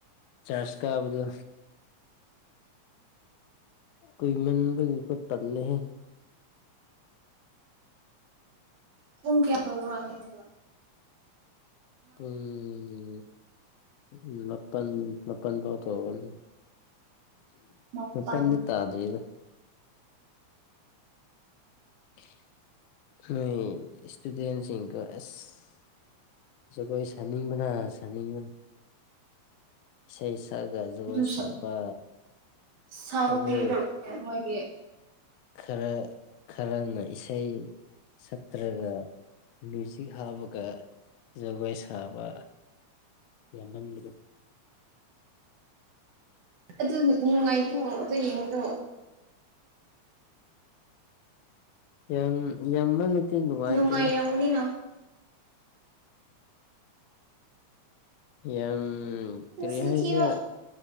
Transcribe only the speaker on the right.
ꯄꯨꯡ ꯀꯌꯥ ꯇꯧꯕ꯭ꯔ ꯅꯣꯏꯒꯤꯗꯣ
ꯃꯥꯄꯜ
ꯑꯗꯨ
ꯁꯥꯕ
ꯄꯤꯒꯗꯕꯅꯦ ꯃꯣꯏꯒꯤ
ꯑꯗꯨ ꯅꯨꯡꯉꯥꯏꯇ꯭ꯔꯣ ꯑꯗꯨ ꯌꯦꯡꯕꯗꯣ
ꯅꯨꯡꯉꯥꯏꯔꯝꯒꯅꯤꯅ
ꯃꯆꯤꯟ
ꯊꯤꯕ